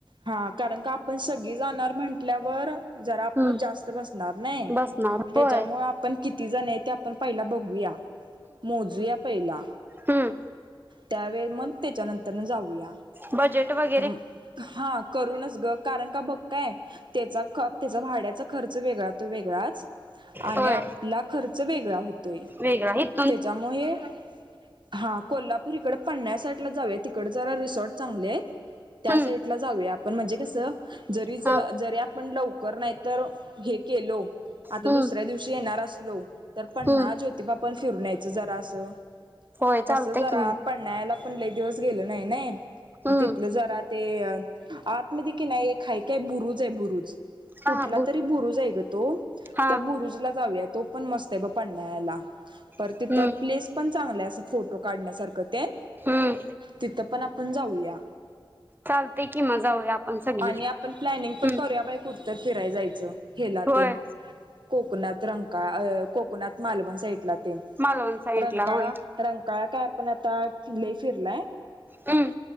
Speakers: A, on the right; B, on the right.
A: हा कारण का आपण सगळी जाणार म्हटंल्यावर जरा आपलं
B: हम्म
A: जास्त बसणार नई
B: बसणार
A: त्याच्यामुळ
B: होय
A: आपण किती जण आय त्या आपण पयला बघूया मोजूया पयला
B: हम्म
A: त्यावेळी मग त्याच्यानंतरन जाऊया
B: बजेट वाई
A: हम्म् हा करूनच ग कारण का बघ काय त्याचा ख <unintelligible> जा भाड्याचा खर्च वेगळा तो वेगळाच आणि
B: होय
A: आपला खर्च वेगळा हुतोय
B: वेगळा हायत
A: त्येच्यामुळ हे हा कोल्हापूर इकडं पन्या साईटला जाऊया तिकड जरा रिसॉर्ट चांगली आहेत त्या
B: हम्म
A: साइट टला जाऊया आपण म्हणजे कस जरी ज
B: हा
A: जरी आपण लवकर नाही तर हे केलो
B: हम्म
A: आता दुसऱ्या दिवशी येणार असलो तर पन्हाळा,
B: हम्म
A: ज्योतिबा पण फिरून यायचं जरा असं
B: होय
A: कस
B: चालतय
A: जरा
B: की मग
A: पन्हाळ्याला पण लय दिवस गेलो नाही नई
B: हम्म
A: म तिथलं जरा ते आतमधी कि नाय एक हाय काय बुरुज हाय बुरुज कुठला
B: हा हा
A: तरी बुरुज हाय ग तो
B: हा
A: त्या बुरुजला जाऊया तो पण मस्त आहे ब पन्हाळ्याला पर
B: हम्म
A: तिथं प्लेस पण चांगलं अस फोटो काढण्यासारख तेन
B: हम्म
A: तिथ पण आप पण जाऊया
B: चालतय कि मग जाऊया आपण सगळी
A: आणि आपण प्लॅनिंग
B: हम्म
A: पण करूया बाई कुठतंर फिराय जायचं हेला
B: होय
A: तेन, बर कोकणात रंकाळ अ कोकणात मालवण साईटला तेन
B: मालवण साईडला
A: रंकाळा
B: होय
A: रंकाळा काय आपण आता लय फिरलाय
B: हम्म.